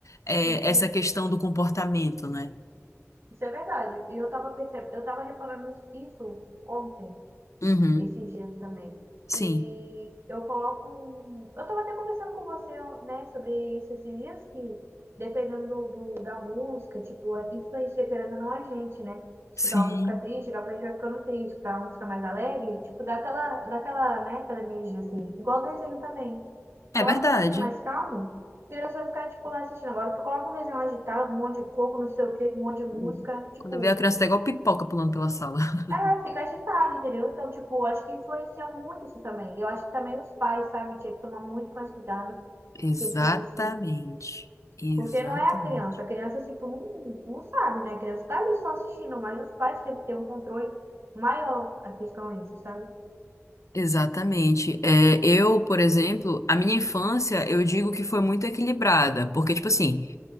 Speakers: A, on the left; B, on the right.
A: é,
B: sim,
A: essa questão do comportamento, né?
B: isso é verdade. E eu tava percebendo, eu tava reparando isso ontem.
A: Uhum,
B: esses dias também.
A: sim.
B: E eu coloco. um- Eu tava até conversando com você, né, sobre isso esses dias, que dependendo do, do- da música, tipo, a- influencia querendo ou não a gente, né? Escutar
A: Sim.
B: uma música triste, acaba a gente vai ficando triste, escutar uma música mais alegre, tipo, dá aquela, dá aquela, né, aquela energia assim. Igual o desenho também.
A: É
B: Coloca
A: verdade.
B: um desenho mais calmo, a criança vai ficar, tipo, lá assistindo. Agora, tu coloca um desenho agitado, um monte de coco, não sei o quê, um monte de música,
A: Hum.
B: tipo.
A: Quando eu vi a criança, tá igual pipoca pulando pela sala. <laughs>
B: É, fica agitado, entendeu? Então, tipo, acho que influencia muito isso também. Eu acho que também os pais, sabe, tinha que tomar muito mais cuidado com
A: Exatamente.
B: questão disso.
A: Exatamente.
B: Porque não é a criança. A criança, tipo, não, não sabe, né? A criança tá ali só assistindo, mas os pais têm que ter um controle maior a questão é isso, sabe?
A: Exatamente. É, eu, por exemplo, a minha infância, eu digo que foi muito equilibrada, porque, tipo assim,